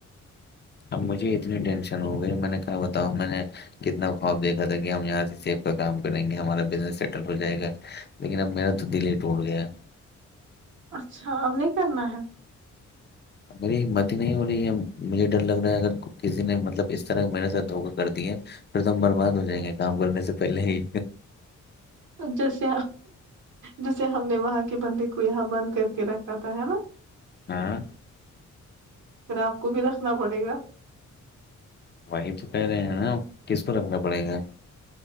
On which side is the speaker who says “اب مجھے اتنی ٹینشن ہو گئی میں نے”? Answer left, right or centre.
Left